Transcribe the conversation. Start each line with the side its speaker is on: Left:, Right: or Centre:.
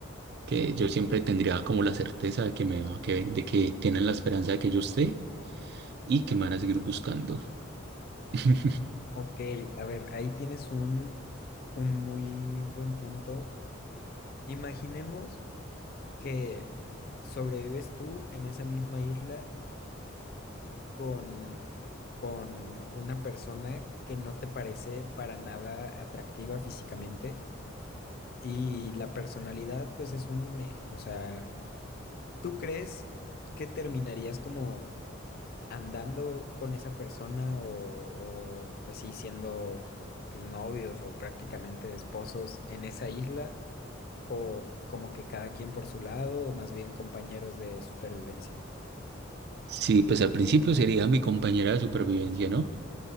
Right: que yo siempre tendría como la certeza de que me va- que, de que tienen la esperanza de que yo esté y que me van a seguir buscando. <laughs>
Left: Ok, a ver, ahí tienes un, un muy buen punto. Imaginemos que sobrevives tú en esa misma isla con, con una persona que no te parece para nada atractiva físicamente y la personalidad pues es un me. O sea, ¿tú crees que terminarías como andando con esa persona o, o, pues sí, siendo pues novios o prácticamente esposos en esa isla o como que cada quien por su lado o más bien compañeros de supervivencia.
Right: Sí, pues al principio sería mi compañera de supervivencia, ¿no?